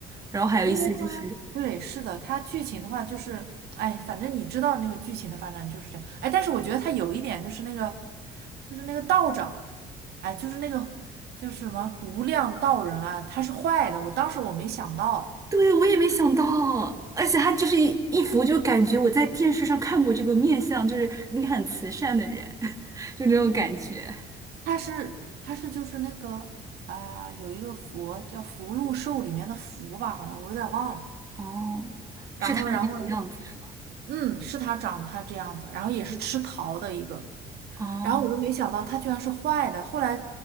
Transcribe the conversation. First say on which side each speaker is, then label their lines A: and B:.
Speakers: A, on the right (about 20°); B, on the right (about 70°).
A: 然后还有一些就是，
B: 因为他对，是的，他剧情的话就是，哎，反正你知道那个剧情的发展就是这样，哎，但是我觉得他有一点就是那个，就是那个道长，哎，就是那个就是什么无量道人啊，他是坏的，我当时我没想到，
A: 对，我也没想到，而且他就是一一幅就感觉我在电视上看过这个面相，就是应该很慈善的人，<laughs> 就那种感觉。
B: 他是他是就是那个啊、有一个佛叫福禄寿里面的福吧，好像我有点忘了，
A: 哦，
B: 然后然后
A: 是他的那个样子是吧？
B: 嗯，是他长他这样子，然后也是吃桃的一个。
A: 哦，
B: 然后我都没想到他居然是坏的，后来